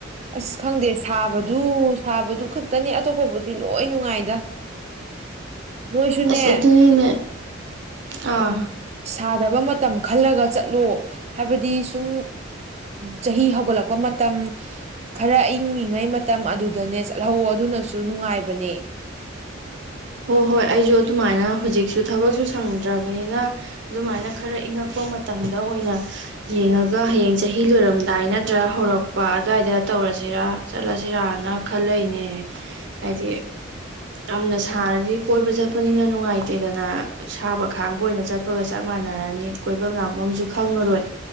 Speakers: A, on the right (about 35°); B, on the right (about 60°).
A: ꯑꯁ ꯈꯪꯗꯦ ꯁꯥꯕꯗꯨ ꯁꯥꯕꯗꯨ ꯈꯛꯇꯅꯤ ꯑꯇꯣꯞꯄꯕꯨꯗꯤ ꯂꯣꯏ ꯅꯨꯡꯉꯥꯏꯗ ꯅꯣꯏꯁꯨꯅꯦ
B: ꯑꯁ ꯑꯗꯨꯅꯤꯅꯦ ꯑꯥ
A: ꯎꯝ ꯁꯥꯗꯕ ꯃꯇꯝ ꯈꯜꯂꯒ ꯆꯠꯂꯣ ꯍꯥꯏꯕꯗꯤ ꯁꯨꯝ ꯆꯍꯤ ꯍꯧꯒꯠꯂꯛꯄ ꯃꯇꯝ ꯈꯔ ꯏꯏꯪꯤꯉꯩ ꯃꯇꯝ ꯑꯗꯨꯗꯅꯦ ꯆꯠꯍꯧꯋ ꯑꯗꯨꯅꯁꯨ ꯅꯨꯡꯉꯥꯏꯕꯅꯦ
B: ꯍꯣꯏ ꯍꯣꯏ ꯑꯩꯁꯨ ꯑꯗꯨꯃꯥꯏꯅ ꯍꯧꯖꯤꯛꯁꯨ ꯊꯕꯛꯁꯨ ꯁꯪꯗ꯭ꯔꯕꯅꯤꯅ ꯑꯗꯨꯃꯥꯏꯅ ꯈꯔ ꯏꯪꯉꯛꯄ ꯃꯇꯝꯗ ꯑꯣꯏꯅ ꯌꯦꯡꯉꯒ ꯍꯌꯦꯡ ꯆꯍꯤ ꯂꯣꯏꯔꯝꯗꯥꯏ ꯅꯠꯇ꯭ꯔꯒ ꯍꯧꯔꯛꯄ ꯑꯗꯨꯋꯥꯏꯗ ꯇꯧꯔꯁꯤꯔꯥ ꯆꯠꯂꯁꯤꯔꯅ ꯈꯜꯂꯅꯦ ꯍꯥꯏꯗꯤ ꯌꯥꯝꯅ ꯁꯥꯔꯗꯤ ꯀꯣꯏꯕ ꯆꯠꯄꯅꯤꯅ ꯅꯨꯡꯉꯥꯏꯇꯦꯗꯅ ꯁꯥꯕ ꯈꯥꯡꯕ ꯑꯣꯏꯅ ꯆꯠꯄꯒ ꯆꯞ ꯃꯥꯟꯅꯔꯅꯤ ꯀꯣꯏꯐꯝ ꯂꯥꯡꯐꯝꯁꯨ ꯈꯪꯉꯔꯣꯏ